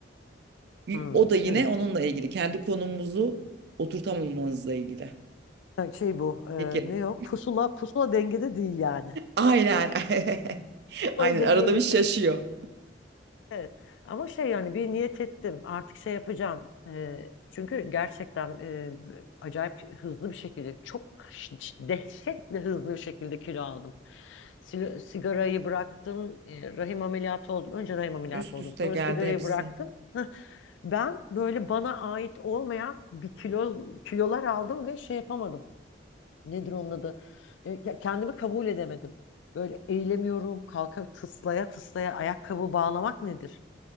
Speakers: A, on the right; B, on the left.
A: Y-
B: Hmm,
A: O da yine
B: evet.
A: onunla ilgili. Kendi konumumuzu oturtamamamızla ilgili.
B: Ha, Şey bu e,
A: Şekerim.
B: ne o pusula pusula dengede değil yani.
A: Aynen. <laughs>
B: Pusulayı
A: Aynen.
B: dengeye
A: Arada
B: getiren
A: bir şaşıyor.
B: evet. Ama şey yani bir niyet ettim artık şey yapacağım. E, çünkü gerçekten e, acayip hızlı bir şekilde çok ş- ş- dehşetle hızlı bir şekilde kilo aldım. Sil- sigarayı bıraktım e, rahim ameliyatı oldum. Önce rahim ameliyatı
A: Üst
B: oldum
A: üste
B: sonra
A: geldi
B: sigarayı
A: hepsi.
B: bıraktım. <laughs> Ben böyle bana ait olmayan bir kilo kilolar aldım ve şey yapamadım. nedir onun adı? E, ya kendimi kabul edemedim. Böyle eğilemiyorum, kalka tıslaya tıslaya ayakkabı bağlamak nedir?